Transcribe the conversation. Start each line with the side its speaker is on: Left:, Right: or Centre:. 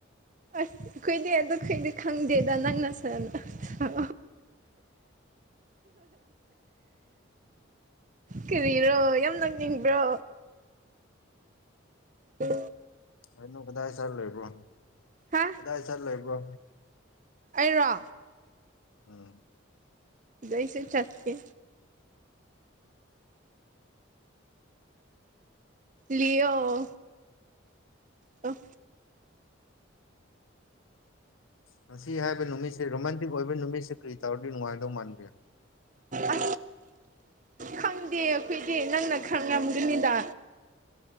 Right: ꯑꯁ ꯀꯨꯏꯗꯦ ꯑꯗꯨ ꯀꯨꯏꯗꯦ ꯈꯪꯗꯦꯗ ꯅꯪ ꯅ ꯁꯥꯔꯅ ꯑ ꯀꯔꯤꯔꯣ ꯌꯥꯝ ꯅꯪꯅꯤꯡꯕ꯭ꯔꯣ ꯍ
Left: ꯑꯩꯅꯣ ꯀꯗꯥꯏ ꯆꯠꯂꯣꯏꯕ꯭ꯔꯣ
Right: ꯍꯥ
Left: ꯀꯗꯥꯏ ꯆꯠ ꯂꯩꯣꯏꯕ꯭ꯔꯣ
Right: ꯑꯩꯔꯣ
Left: ꯎꯝ
Right: ꯏꯁꯦ ꯆꯠꯦ ꯂꯑꯣ ꯑ
Left: ꯉꯁꯤ ꯍꯥꯏꯕ ꯅꯨꯃꯤꯠꯁꯦ ꯔꯣꯃꯥꯟꯇꯤꯛ ꯑꯣꯏꯕ ꯅꯨꯃꯤꯠꯁꯤꯦ ꯀꯔꯤ ꯇꯧꯔꯗꯤ ꯅꯨꯡꯉꯥꯏꯗꯧ ꯃꯥꯟꯥꯟꯕꯒꯦ
Right: ꯑ ꯈꯪꯗꯦ ꯑꯩꯈꯣꯏꯗꯤ ꯅꯪꯅ ꯈꯪꯉꯝꯗꯅꯤꯗ